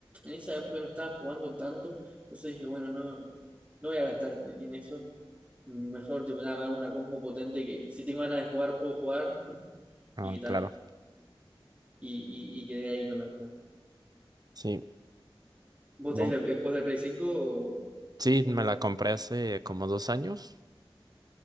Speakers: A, on the right; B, on the right.
A: en esa época no estaba jugando tanto. Entonces dije, bueno, no, no voy a gastar en, en eso. Mejor, tipo, nada, me hago una compu potente que si tengo ganas de jugar, puedo jugar.
B: Ah,
A: Y ta.
B: claro.
A: Y, y, y quedé ahí con la compu.
B: Sí.
A: ¿Vos
B: Bom-
A: tenés la- el juego del Play 5 o,
B: Sí,
A: o
B: me
A: en la
B: la
A: compu?
B: compré hace como dos años